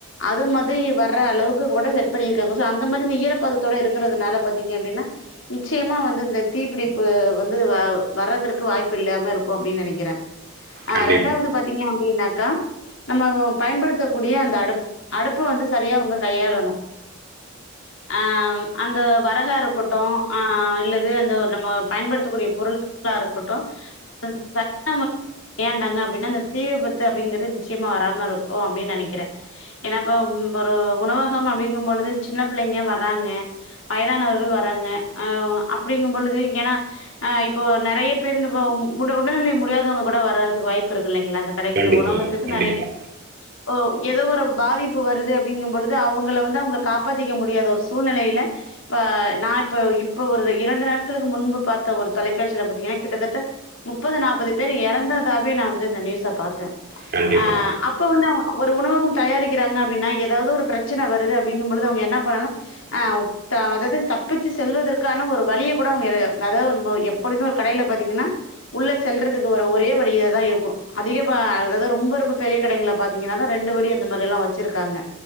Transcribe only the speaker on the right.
கண்டிப்பா
கண்டிப்பா
கண்டிப்பா
கண்டிப்பா